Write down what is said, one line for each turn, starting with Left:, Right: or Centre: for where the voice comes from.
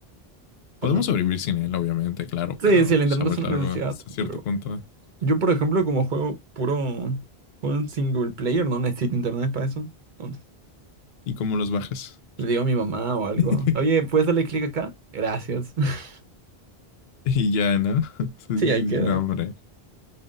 Left: Podemos
Right: ¿O no?
Left: sobrevivir sin él, obviamente, claro,
Right: Sí,
Left: pero
Right: sí, el internet
Left: se ha vuelto
Right: es una
Left: algo
Right: necesidad.
Left: hasta cierto
Right: Pero
Left: punto.
Right: yo, por ejemplo, como juego puro. Un single player, no necesito internet para eso. Entonces,
Left: ¿Y cómo los bajas?
Right: le digo a mi mamá o algo.
Left: <laughs>
Right: Oye, ¿puedes darle clic acá? Gracias. <laughs>
Left: y ya, ¿no? <laughs> sí,
Right: Sí,
Left: sí,
Right: ahí
Left: sí,
Right: queda.
Left: no, hombre.